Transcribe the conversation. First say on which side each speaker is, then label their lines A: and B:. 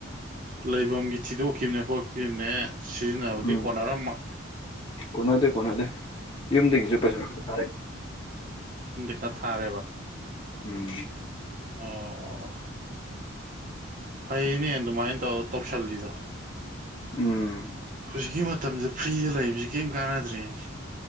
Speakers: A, on the right; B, on the left.
A: ꯂꯩꯐꯝꯒꯤ ꯊꯤꯗꯣꯛꯈꯤꯕꯅꯦ ꯈꯣꯠꯈꯤꯕꯅꯦ ꯁꯤꯖꯤꯟꯅꯕꯗꯤ
B: ꯎꯝ
A: ꯀꯣꯟꯅꯔꯝꯝꯕ
B: ꯀꯣꯟꯅꯗꯦ ꯀꯣꯟꯅꯗꯦ ꯌꯨꯝꯗꯒꯤꯁꯨ ꯄꯩꯁꯥ ꯈꯔ ꯊꯥꯔꯛꯏꯅꯦ
A: ꯄꯩ ꯊꯥꯔꯦꯕ
B: ꯎꯝ
A: ꯑꯣ ꯐꯥꯏꯅꯦ ꯑꯗꯨꯃꯥꯏ ꯇꯥꯎ ꯇꯣꯛꯁꯜꯂꯤꯗꯣ
B: ꯎꯝ
A: ꯍꯧꯖꯤꯛꯀꯤ ꯃꯇꯝꯁ ꯐ꯭ꯔꯤꯗ ꯂꯩꯕꯁꯤ ꯀꯔꯤꯝ ꯀꯥꯟꯅꯗ꯭ꯔꯦꯅꯦ